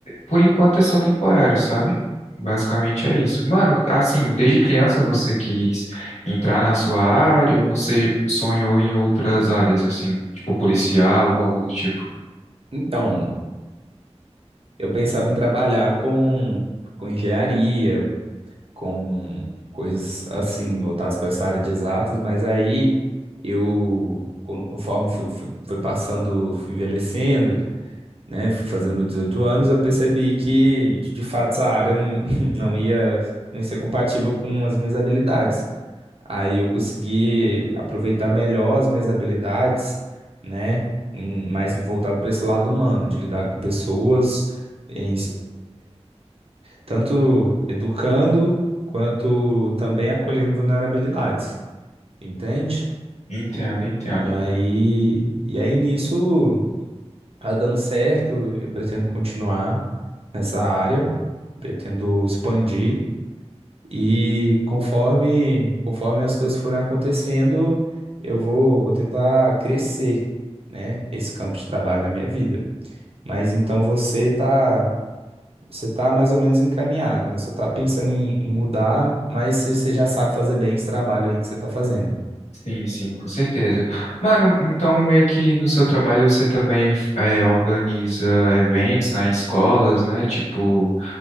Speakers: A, on the left (about 80°); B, on the right (about 60°).
A: por enquanto é só temporário, sabe? Basicamente é isso. Mano, assim, desde criança você quis entrar na sua área ou você sonhou em outras áreas, assim, tipo policial ou algo do tipo?
B: Então, eu pensava em trabalhar com com engenharia, com coisas assim, voltadas para essa área de exatas, mas aí eu, con- conforme fui, fui- fui passando, fui envelhecendo, né, fui fazendo 18 anos, eu percebi que, de fato, essa área não, <laughs> não ia, não ia ser compatível com as minhas habilidades. Aí eu consegui aproveitar melhor as minhas habilidades, né, em- mais voltado para esse lado humano, de lidar com pessoas, em, tanto educando quanto também acolhendo vulnerabilidades, entende?
A: Entendo,
B: E,
A: entendo.
B: e aí, e aí nisso tá dando certo, eu pretendo continuar nessa área, pretendo expandir e conforme conforme as coisas forem acontecendo, eu vou vou tentar crescer, né, esse campo de trabalho na minha vida. Mas então você tá Você tá mais ou menos encaminhado, né? Só tá pensando em, em mudar, mas você você já sabe fazer bem esse trabalho aí que você tá fazendo.
A: Sim, sim, com certeza. Mano, então meio que no seu trabalho você também é, organiza eventos nas escolas, né? Tipo,